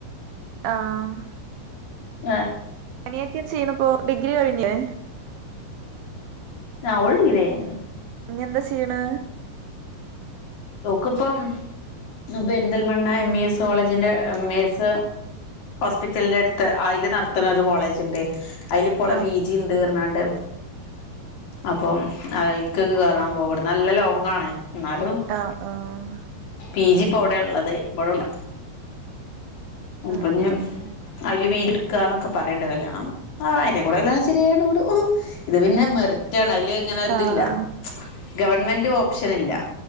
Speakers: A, on the right (about 75°); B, on the left (about 55°).
A: ആഹ്
B: ഞാൻ
A: അനിയത്തിം ചെയ്ത്പ്പോ ഡിഗ്രി കഴിഞ്ഞിലെ.
B: ആ ഓൾ ഡിഗ്രി കഴ്ഞ്ഞ്.
A: ഇഞ്ഞ് എന്താ ചെയ്യ്ണ്.
B: ഓക്ക്പ്പം പെരിന്തൽമണ്ണ എം ഇ എസ് കോളേജിന്റെ എം ഇ എസ്. ഹോസ്പിറ്റലിന്റെ എട്ത്ത് ഐല് നട്ത്ത്ണെ ഒരു കോളേജ് ഇണ്ട്. ഐല്ഇപ്പോ ഓളെ
A: ആഹ്
B: പി ജിം, തീർനാണ്ട് അപ്പം ഐക്ക് കേറാൻ പോകും. ഇവ്ട്ന്ന് നല്ല ലോങ്ങാണ് ഇന്നാലും.
A: ആഹ് ആഹ്
B: പി ജി ഇപ്പോ ഔടെ ഇള്ളത്. ഇവെടെ ഇല്ല. അപ്പഞ്ഞ്
A: ഉം ഉം
B: അയ്ല് വീട് ഇടുക്കാന്നൊക്കെ പറയിണ്ട്. <unintelligible> കല്യാണം ആഹ് അതിന്റെ എടീക്കൂടെ കല്യാണം ശെരിയാ വിടു ഇത് പിന്നെ മെറിറ്റാണ് ഐല്. ഇങ്ങനെ ഇതില്ല.
A: ആഹ്
B: ഗവൺമെന്റ് ഒപ്ഷനില്ല.